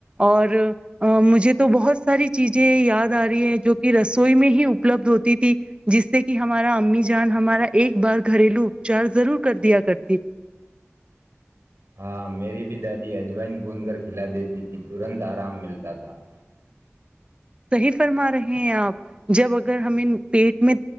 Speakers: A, on the right; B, on the right.
A: اور مجھے تو بہت ساری چیزیں یاد آ رہی ہے جو کہ رسوئی میں ہی اپلبدھ ہوتی تھی جس سے کہ ہمارا امی جان ہمارا ایک بار گھریلو اپچار ضرور کر دیا کرتی تھی
B: ہاں میری بھی دادی اجوائن بند کر کھلا دیتی تھی ترنت آرام ملتا تھا <inaudible>
A: صحیح فرما رہے ہیں آپ جب اگر ہمیں پیٹ میں